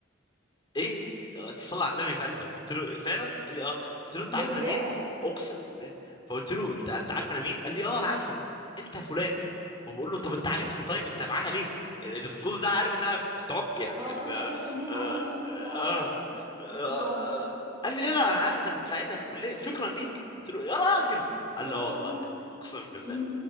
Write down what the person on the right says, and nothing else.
ده بجد
اه
بقى انت
فاكر ان هي
معرفة ان انت بقى ب-
بتحبوا بعض وكده
يا
لهوي
امم